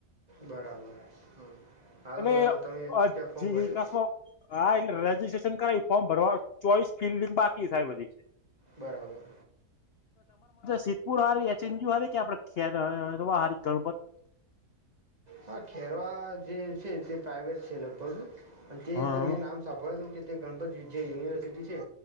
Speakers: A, on the right; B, on the left.
A: બરાબર હા. હાલ
B: એટ
A: તમે ક્યાં ફોર્મ
B: જેમાં
A: ભર્યું
B: હા એટલે રજીિસ્ટ્રેશન કરાવ ફોર્મ ભરવા ચોઈસ ફિલ્ડિંગ બાકી છે હજી.
A: બરાબર.
B: સિદ્પુર હારી એચ એન જુ હારી કે આપડે ખેવા હારી ગણપત.
A: હા ખેરવા જે છે તે પ્રાઇવેટ છે લગભગ. અને તે
B: હા
A: તો મેં નામ સાંભળેલું કે તે ગણપત વિજ્યા યુનિવર્સિટી છે.